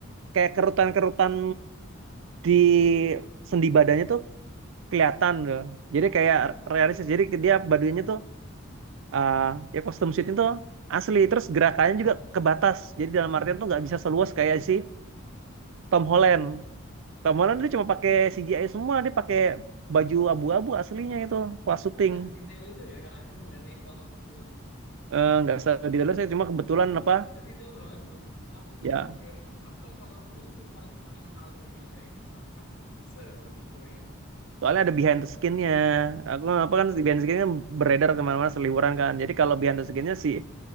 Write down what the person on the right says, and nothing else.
kayak kerutan-kerutan di sendi badannya tuh kelihatan loh. Jadi kayak realistis. Jadi dia badannya tuh eh,
ya custom
suit itu asli terus gerakannya juga kebatas jadi dalam artian tuh nggak bisa seluas kayak si Tom Holland Tom Holland tuh cuma pakai CGI semua dia pakai baju abu-abu aslinya itu pas syuting
Eh, nggak uh, di dalam saya cuma kebetulan apa
ya
soalnya ada behind the skinnya aku apa kan si behind the skinnya beredar kemana-mana seliweran kan jadi kalau behind the skinnya si